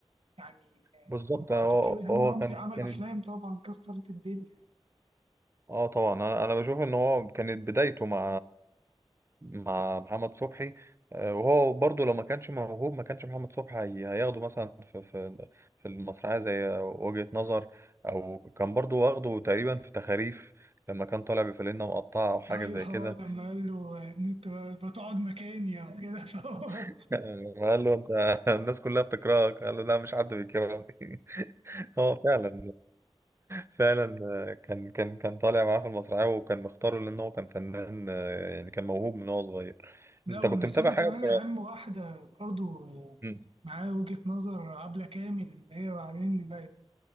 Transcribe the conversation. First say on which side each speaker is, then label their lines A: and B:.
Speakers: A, on the right (about 80°); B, on the right (about 25°).
A: يعني
B: بالظبط
A: آه، وبعد
B: هو
A: كده هاني
B: هو
A: رمزي
B: كان
A: عمل
B: كانت
A: افلام طبعا كسرت الدنيا
B: اه طبعا انا انا بشوف ان هو كانت بدايته مع مع محمد صبحي آه، وهو برضه لو ما كانش موهوب ما كانش محمد صبحي هي- هياخده مثلا في في في المسرحيه زي وجهة نظر او كان برضه واخده تقريبا في تخاريف لما كان طالع بفانلة مقطعه او حاجه
A: ايوه
B: زي
A: هو
B: كده
A: لما قال له ان انت بتقعد مكاني او كده <laughs> فهو
B: <laughs> قال له انت الناس كلها بتكرهك قال له لا مش حد بيكرهني <laughs> هو فعلا فعلا آه، كان كان كان طالع معاه في المسرحية وكان مختاره لأن هو كان فنان آه، يعني كان موهوب من وهو صغير
A: لا
B: أنت
A: ونسينا
B: كنت متابع حاجة
A: كمان
B: في
A: اهم واحده برضه آه،
B: مم.
A: معاه وجهة نظر عبلة كامل اللي هي بعدين بقت